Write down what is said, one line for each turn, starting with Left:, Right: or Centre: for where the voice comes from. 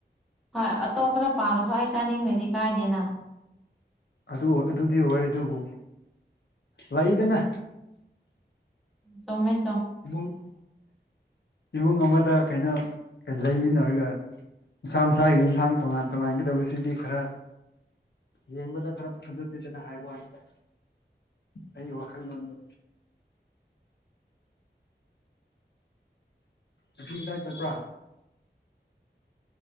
Centre: ꯍꯣꯏ ꯑꯇꯣꯞꯄꯗ ꯄꯥꯂꯁꯨ ꯑꯩ ꯆꯥꯅꯤꯡꯗ꯭ꯔꯗꯤ ꯀꯥꯏꯗꯦꯅ
Left: ꯑꯗꯨ ꯑꯗꯨꯗꯤ ꯑꯣꯏ ꯑꯗꯨꯕꯨ ꯂꯩꯗꯅ
Centre: ꯇꯃꯦ
Left: ꯏꯃꯨꯡ ꯏꯃꯨꯡ ꯑꯃꯗ ꯀꯩꯅ ꯂꯩꯃꯤꯟꯅꯔꯒ ꯃꯁꯥ ꯃꯁꯥꯒꯤ ꯏꯟꯁꯥꯡ ꯇꯣꯉꯥꯟ ꯇꯣꯉꯥꯟꯒꯗꯕꯁꯤꯗꯤ ꯈꯔ ꯌꯦꯡꯕꯗ ꯈꯔ ꯐꯖꯠꯇꯦꯗꯅ ꯍꯥꯏꯕ ꯋꯥꯅꯤꯗ ꯑꯩ ꯋꯥꯈꯜꯂꯣꯟꯗꯣ ꯑꯗꯨ ꯀꯗꯥꯏ ꯆꯠꯄ꯭ꯔꯥ